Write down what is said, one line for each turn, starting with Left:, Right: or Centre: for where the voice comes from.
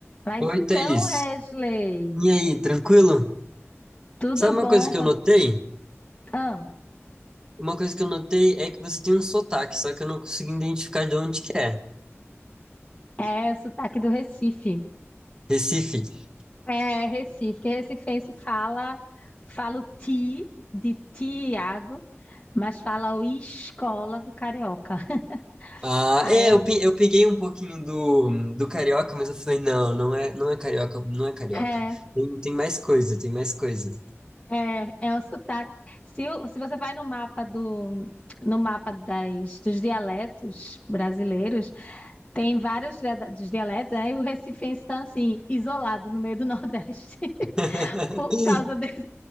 Left: Mas
Right: Oi,
Left: então,
Right: Thaís.
Left: Wesley,
Right: E aí, tranquilo?
Left: tudo
Right: Sabe
Left: bom?
Right: uma coisa que
Left: Quanto...
Right: eu notei?
Left: Ah,
Right: Uma coisa que eu notei é que você tem um sotaque, só que eu não consigo identificar de onde que é.
Left: é o sotaque do Recife.
Right: Recife.
Left: É Recife, que recifense fala, fala o ti de Tiago, mas fala o escola do carioca. <laughs>
Right: Ah,
Left: Ah,
Right: é,
Left: eu-
Right: eu, pe- eu peguei um pouquinho do, do carioca, mas eu falei, não, não é, não é carioca, não é carioca.
Left: é,
Right: Tem, tem mais coisa, tem mais coisa.
Left: é, é um sotaque. Se, o- se você vai no mapa do no mapa das, dos dialetos brasileiros, tem vários dia- dos dialetos, aí o recifense está assim, isolado no meio do <laughs> Nordeste.
Right: <laughs>
Left: por causa desse,